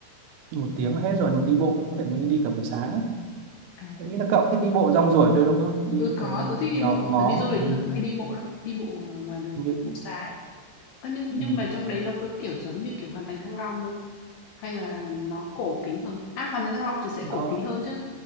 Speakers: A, on the right (about 85°); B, on the left (about 75°).
A: một tiếng là hết rồi nhưng mà đi bộ có thể mình đi cả buổi sáng ấy.
B: à,
A: tôi nghĩ là cậu thích đi bộ rong ruổi thôi đúng không đi
B: ừ,
A: rồi
B: có, tớ thích đi
A: nhòm
B: bộ,
A: ngó
B: tớ đi du lịch
A: ừ.
B: tớ cũng hay đi bộ lắm, đi bộ ở ngoài đường
A: nhưng-
B: phố phố xá ấy. Ơ, nhưng nhưng
A: ừ.
B: mà trong đấy nó cứ kiểu giống như kiểu Hoàn Thành Thăng Long không? Hay là nó cổ kính hơn? À Hoàn Thành Thăng Long thì sẽ
A: nó
B: cổ kính hơn chứ.